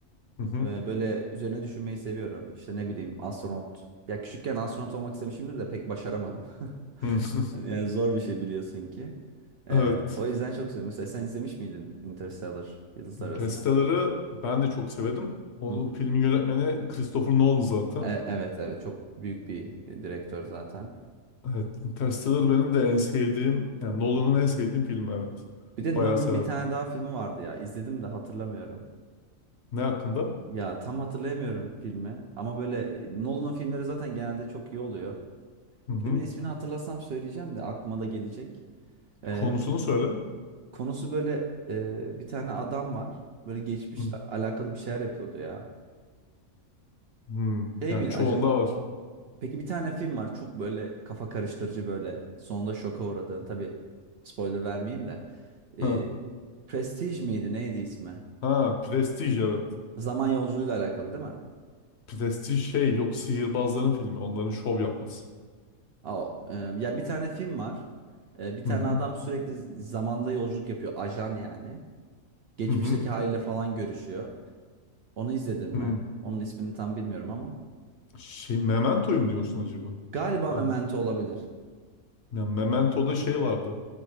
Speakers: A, on the left (about 60°); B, on the right (about 60°).
A: Hı hı.
B: Ee, böyle üzerine düşünmeyi seviyorum. İşte ne bileyim astronot. Ya küçükken astronot olmak istemişimdir de pek başaramadım. <laughs>
A: Hı. <laughs>
B: Yani zor bir şey biliyorsun ki. Ee,
A: Evet.
B: o yüzden çok seviyorum. Mesela sen izlemiş miydin Interstellar Yıldızlar
A: Interstellar'ı
B: Arası'na?
A: ben de çok severim. O
B: Hı hı.
A: filmin yönetmeni Christopher Nolan zaten.
B: E- evet evet çok büyük bir direktör zaten.
A: Evet, Interstellar benim de en sevdiğim, yani Nolan'ın en sevdiğim filmi evet.
B: Bir de
A: Bayağı
B: Nolan'ın
A: severim.
B: bir tane daha filmi vardı ya. İzledim de hatırlamıyorum.
A: Ne hakkında?
B: Ya tam hatırlayamıyorum filmi. Ama böyle Nolan'ın filmleri zaten genelde çok iyi oluyor.
A: Hı hı.
B: Filmin ismini hatırlasam söyleyeceğim de aklıma da gelecek. Ee,
A: Konusunu söyle.
B: konusu böyle e, bir tane adam var. Böyle geçmişle
A: Hı
B: alakalı bir şeyler yapıyordu ya.
A: hı.
B: Şey
A: Yani
B: miydi
A: çoğunda
B: acaba?
A: var.
B: Peki bir tane film var. Çok böyle kafa karıştırıcı böyle. Sonunda şoka uğradığın. Tabii spoiler vermeyeyim de. Ee,
A: Ha,
B: Prestige miydi? Neydi ismi?
A: ha, Prestige evet.
B: Zaman yolculuğuyla alakalı değil mi?
A: Prestige şey yok sihirbazların filmi, onların şov yapması.
B: Aa, e, ya bir tane film var. E, bir tane
A: Hı hı.
B: adam sürekli z- zamanda yolculuk yapıyor. Ajan yani. Geçmişteki
A: Hı hı.
B: haliyle falan görüşüyor. Onu izledin mi?
A: Hı.
B: Onun ismini tam bilmiyorum ama.
A: Şey Memento'yum diyorsun acaba?
B: Galiba
A: Tamam.
B: Memento olabilir.
A: Yani Memento'da şey vardı.